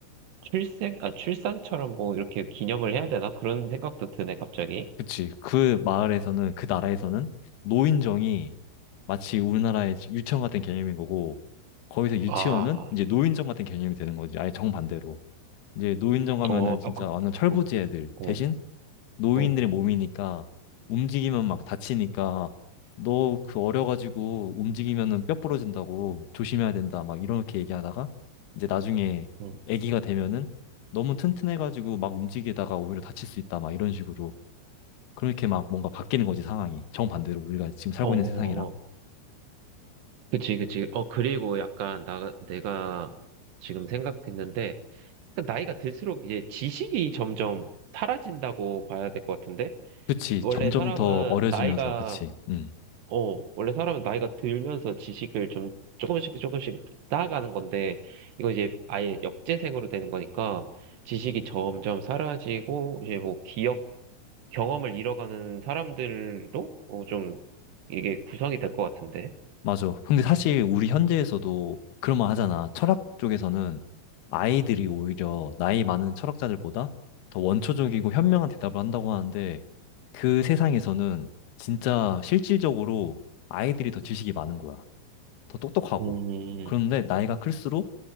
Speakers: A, on the right; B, on the left.
A: 출생, 아, 출산처럼 뭐 이렇게 기념을 해야 되나? 그런 생각도 드네, 갑자기.
B: 그치. 그 마을에서는, 그 나라에서는 노인정이 마치 우리나라의 유치원 같은 개념인 거고, 거기서 유치원은
A: 아,
B: 이제 노인정 같은 개념이 되는 거지. 아예 정반대로. 이제 노인정 가면은
A: 어,
B: 진짜
A: 아, 그,
B: 완전 철부지
A: 어,
B: 애들.
A: 어,
B: 대신 노인들의
A: 어,
B: 몸이니까 움직이면 막 다치니까 너 그 어려가지고 움직이면은 뼈 부러진다고 조심해야 된다. 막 이렇게 얘기하다가 이제 나중에
A: 음.
B: 애기가 되면은 너무 튼튼해가지고 막 움직이다가 오히려 다칠 수 있다. 막 이런 식으로. 그렇게 막 뭔가 바뀌는 거지, 상황이. 정반대로 우리가 지금 살고
A: 어, 어,
B: 있는 세상이랑.
A: 어. 그치, 그치. 어, 그리고 약간 나, 내가 지금 생각했는데, 약간 나이가 들수록 이제 지식이 점점 사라진다고 봐야 될 것 같은데?
B: 그치,
A: 원래
B: 점점
A: 사람은
B: 더 어려지면서,
A: 나이가
B: 그치. 음
A: 어, 원래 사람은 나이가 들면서 지식을 좀 조금씩 조금씩 쌓아가는 건데, 이거 이제 아예 역재생으로 되는 거니까, 지식이 점점 사라지고, 이제 뭐 기억, 경험을 잃어가는 사람들로 어, 좀 이게 구성이 될 것 같은데.
B: 맞아. 근데 사실 우리 현대에서도 그런 말 하잖아. 철학 쪽에서는 아이들이 오히려 나이 많은 철학자들보다 더 원초적이고 현명한 대답을 한다고 하는데 그 세상에서는 진짜 실질적으로 아이들이 더 지식이 많은 거야. 더 똑똑하고.
A: 음,
B: 그런데 나이가 클수록